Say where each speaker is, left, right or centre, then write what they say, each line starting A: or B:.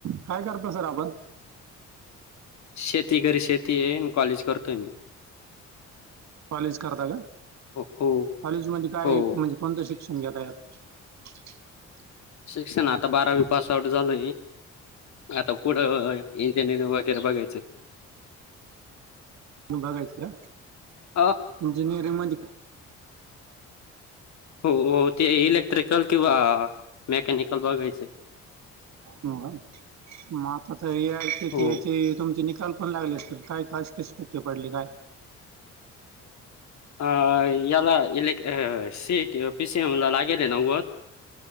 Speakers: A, on the right; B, on the left.
A: काय करत सर आपण.
B: शेती घरी शेती हे एन कॉलेज. करतोय मी.
A: कॉलेज करता का
B: हो हो
A: कॉलेज मध्ये काय
B: हो
A: म्हणजे कोणतं शिक <unintelligible>
B: शिक्षण आता बारावी पास आउट झालय. आता पुड ए <unintelligible> वगैरे बघायचं.
A: त बघायच का
B: अ
A: इंजिनियरिंग म्हणजे काय?
B: हो हो ते इलेक्ट्रिकल किंवा मेकॅनिकल बघायच हे.
A: म आता तरी याची
B: हो.
A: त्याची <unintelligible> मग आता तुम ल पण लागले असतीलल काय कास <unintelligible> कशी टक्के पडले काय?
B: ह याला इलेक अ सी एटी पीसीएमला लागेल आहे नव्वद